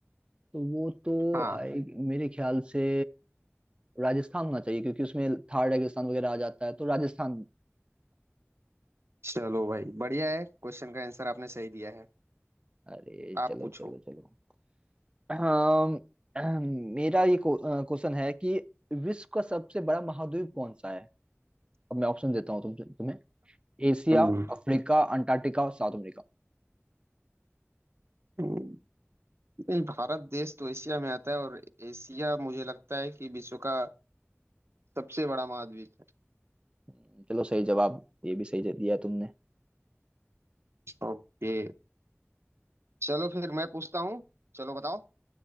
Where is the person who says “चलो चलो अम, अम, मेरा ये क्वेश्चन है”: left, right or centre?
Right